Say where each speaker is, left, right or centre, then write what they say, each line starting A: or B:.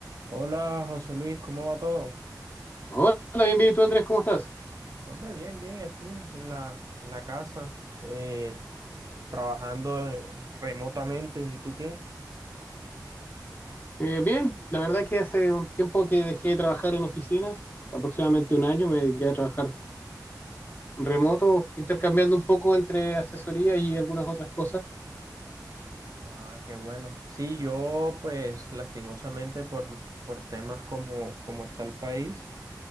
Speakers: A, on the right; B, on the left.
A: Hola José Luis, ¿cómo va todo?
B: Hola, bienvenido tú, Andrés? ¿Cómo estás?
A: Hombre, bien, bien, aquí en la, en la casa, eh, trabajando eh, remotamente. ¿Y tú qué?
B: Eh, bien, la verdad que hace un tiempo que dejé de trabajar en oficinas, aproximadamente un año, me dediqué a trabajar remoto, intercambiando un poco entre asesoría y algunas otras cosas.
A: Ah, qué bueno. Sí, yo pues lastimosamente por, por temas como, como está el país,